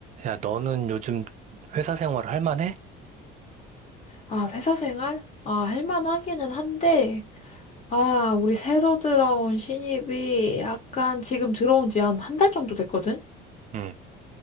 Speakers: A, on the right (about 35°); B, on the left (about 35°).
A: 야, 너는 요즘 회사 생활 할 만해?
B: 아, 회사 생활? 아, 할만하기는 한데, 아, 우리 새로 들어온 신입이 약간 지금 들어온 지 한 한 달 정도 됐거든?
A: 응.